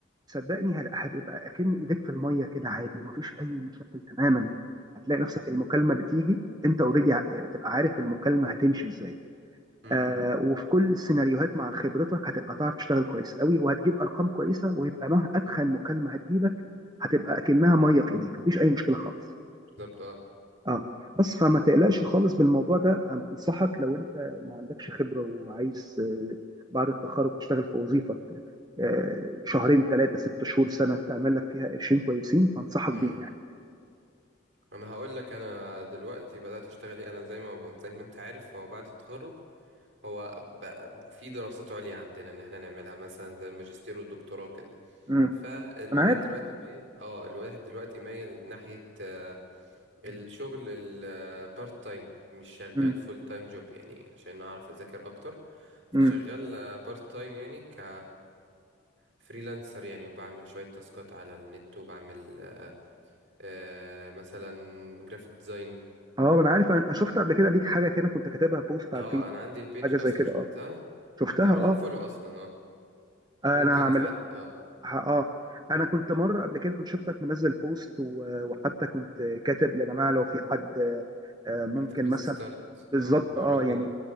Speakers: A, on the right; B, on the right.
A: صدقني هل- هتبقى اكن ايديك في الميه كده عادي مفيش اي مشاكل تماما هتلاقي نفسك المكالمه بتيجي انت اوريدي بتبقى عارف المكالمه هتمشي ازاي
B: امم
A: آه وفي كل السيناريوهات مع خبرتك هتبقى تعرف تشتغل كويس قوي وهتجيب ارقام كويسه ويبقى مهما اتخن مكالمه هتجيلك هتبقى اكنها ميه في ايديك مفيش اي مشكله خالص
B: بالظبط
A: اه بس فما تقلقش خالص بالموضوع ده انا انصحك لو انت ما عندكش خبره وعايز آه، بعد التخرج تشتغل في وظيفه آه، شهرين ثلاثه ست شهور سنه تعمل لك فيها قرشين كويسين فانصحك
B: اه
A: بيها يعني
B: انا هقول لك انا دلوقتي بدات اشتغل ايه انا زي ما زي ما انت عارف هو بعد التخرج هو بقى في دراسات عليا عندنا ان احنا نعملها مثلا زي الماجستير والدكتوراه وكده
A: امم
B: فالواحد
A: انا عارف
B: دلوقتي مايل اه الواحد دلوقتي مايل ناحيه آه، الشغل البارت تايم مش شغال
A: امم
B: فول تايم جوب يعني عشان اعرف اذاكر اكتر فشغال
A: امم
B: بارت تايم يعني ك فريلانسر يعني وبعمل شوية تاسكات على النت وبعمل آه، مثلا جرافيك ديزاين
A: اه انا عارف انا شفت قبل كده ليك حاجه كده كنت كاتبها بوست
B: اه
A: على الفيس
B: انا عندي البيج
A: حاجه زي
B: اصلا
A: كده
B: شفتها
A: اه شفتها
B: انت عاملها
A: اه
B: فولو اصلا اه
A: انا
B: ممكن
A: هعمل
B: ساعات اه
A: ه- اه انا كنت مره قبل كده كنت شفتك منزل بوست و- وحتى كنت كاتب يا جماعه لو في حد آه، ممكن
B: محتاج بيزنس
A: مثلا
B: كارد
A: بالظبط
B: اه او
A: اه
B: لوجو
A: يعني